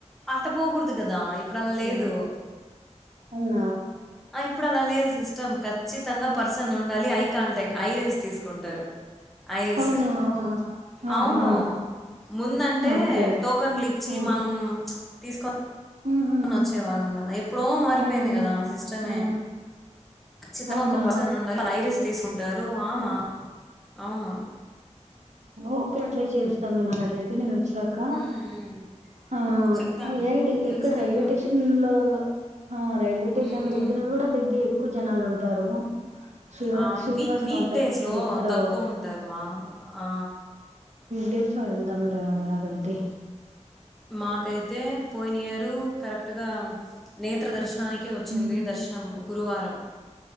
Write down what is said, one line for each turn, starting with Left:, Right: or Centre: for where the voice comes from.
Centre: అట్ట పోకూడదు కదా ఇప్పుడ అలా లేదు
Right: లో అవునా
Centre: ఆ ఇప్పుడు అలా లేదు సిస్టమ్ ఖచ్చిత తంగా పర్సన్ ఉండాలి ఐ కాంటాక్ట్ ఐరీస్ తీసుకుంటారు ఐరీస్
Right: అవునా ఆహా
Centre: అవును ముందంటే
Right: ఓకే
Centre: టోకన్లు ఇచ్చి
Right: ఉమ్,
Centre: మనం తీసుకో
Right: ఉమ్, ఉమ్,
Centre: వచ్చే వాళ్ళం కదా ఎప్పుడో మారిపోయింది
Right: ఉమ్,
Centre: కదా ఆ సిస్టమే
Right: ఉమ్,
Centre: ఖచ్చితంగా
Right: అవునా
Centre: ఒక పర్సన్ ఉండాలి ై తీసుకుంటారు ఆమా అవునా
Right: ఓకే అట్లే చేస్తాం మరి అట్లయితే నేను వచ్చాక
Centre: ఉమ్, ఉమ్.
Right: ఆ
Centre: చెప్తాను
Right: ఏడి
Centre: ఖచ్చితంగా
Right: ఎక్కడ రైల్వే స్టేషన్ లో ఆ రైల్వే స్టేషన్
Centre: ఉమ్,
Right: దగ్గర
Centre: ఉమ్.
Right: కూడా దగ్గర ఎక్కువ జనాలు ఉంటారు శ్ర
Centre: అవును
Right: శ్రీనివాస్
Centre: వీక్ వీక్
Right: కాంప్లెక్స్
Centre: డేస్లో
Right: అది ఎక్కడో
Centre: తక్కువ ఉంటారు మా ఆ
Right: డేస్ లో వెళ్దాం లే అలాగా అయితే
Centre: మా కైతే అ పోయినా యియర్ కరెక్ట్ టగ నేత్ర దర్శ దనికిే వచ్చింది
Right: ఉమ్
Centre: దర్శనము గురువారంారం